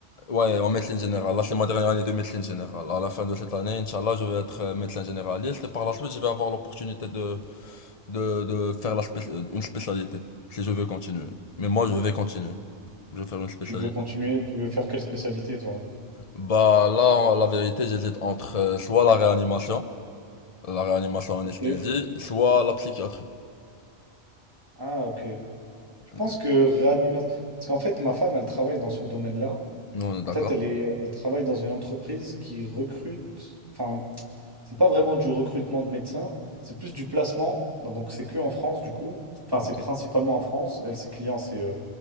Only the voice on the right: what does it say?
Et
tu veux continuer, tu veux faire quelle spécialité toi?
Ok.
Ah, ok. Je pense
que réanimation. Parce qu'en fait, ma femme, elle travaille dans ce domaine-là.
En fait, elle est... elle travaille dans une entreprise qui recrute. Enfin, c'est pas vraiment du recrutement de médecins, c'est plus du placement. Donc, c'est que en France du coup. Enfin,
c'est principalement en France. Elle, ses clients, c'est euh,